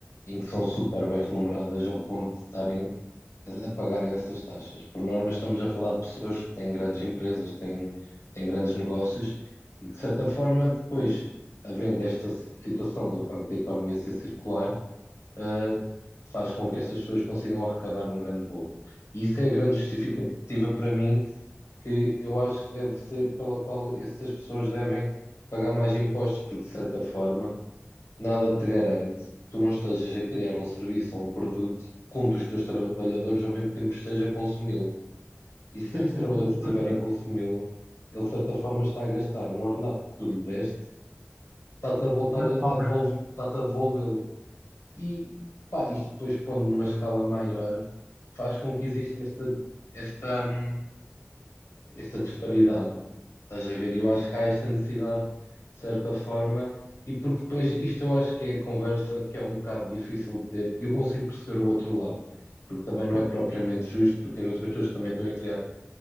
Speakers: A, on the left; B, on the right.
A: em que são super bem remuneradas ao ponto de estarem a pagarem essas taxas. Por norma, estamos a falar de pessoas que têm grandes empresas, têm, têm grandes negócios e que, de certa forma, depois, havendo esta situação do facto da economia ser circular, eh, faz com que estas pessoas consigam arrecadar um grande bolo. E isso é a grande justificativa para mim, que eu acho que deve ser pela qual essas pessoas devem pagar mais impostos, porque, de certa forma. Nada te garante que tu não estejas a criar um serviço ou um produto que um dos teus trabalhadores ao mesmo tempo esteja a consumi-lo. E se
B: Sim,
A: esse
B: sim,
A: trabalhador
B: estou a perceber.
A: estiver a consumi-lo, ele de certa forma está a gastar um ordenado que tu lhe deste, está-te a voltar
B: Grande
A: a
B: compra.
A: a devolver, está-te a devolvê-lo. E pá, isto depois pondo numa escala maior, faz com que exista esta, esta, hum, esta disparidade. Estás a ver? E eu acho que há esta necessidade, de certa forma, e porque depois isto eu acho que é a conversa que é um bocado difícil de ter, e eu consigo perceber o outro lado, porque também não é propriamente justo, porque as outras pessoas também estão a criar,